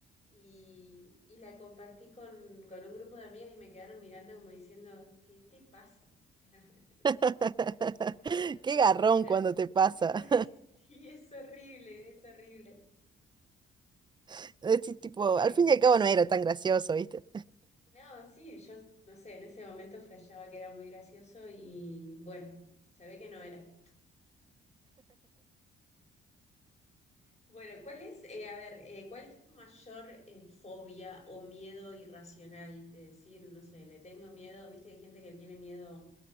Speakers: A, on the left (about 35°); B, on the right (about 20°).
A: y, y la compartí con, con un grupo de amigas y me quedaron mirando como diciendo, ¿qué te pasa? <laughs>
B: <laughs>
A: O sea, pero no me acuerdo
B: Qué garrón
A: qué era.
B: cuando te pasa.
A: <laughs> Ay, sí, es horrible, es horrible.
B: <laughs> Decís, tipo,
A: Ok.
B: al fin y al cabo no era tan gracioso, ¿viste?
A: No, sí, yo no sé, en ese momento flasheaba que era muy gracioso y bueno, se ve que no era. Bueno, ¿cuál es, eh, a ver, eh, cuál es tu mayor eh, fobia o miedo irracional de decir, no sé, le tengo miedo, viste que hay gente que tiene miedo